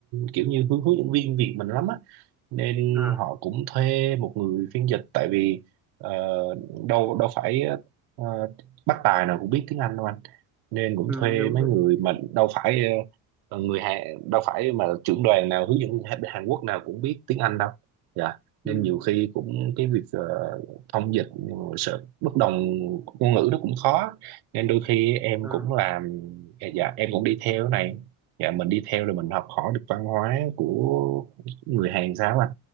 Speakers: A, on the right; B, in the centre.
A: kiểu như hướng hướng dẫn viên Việt mình lắm á nên
B: à
A: họ cũng thuê một người phiên dịch tại vì ờ, đâu đâu phải ờ, bác tài nào cũng biết tiếng Anh đâu anh nên cũng
B: ừ,
A: thuê
B: đúng
A: mấy
B: đúng
A: người mà đâu phải ờ, người Hàn đâu phải mà trưởng đoàn nào hướng dẫn viên Hàn Hàn Quốc nào cũng biết tiếng Anh đâu dạ nên
B: ừ
A: nhiều khi cũng cái việc ờ, thông dịch sự bất đồng ngôn ngữ nó cũng khó nên đôi khi em
B: à
A: cũng làm dạ em cũng đi theo cái này dạ mình đi theo rồi mình học hỏi được văn hóa của người Hàn sao anh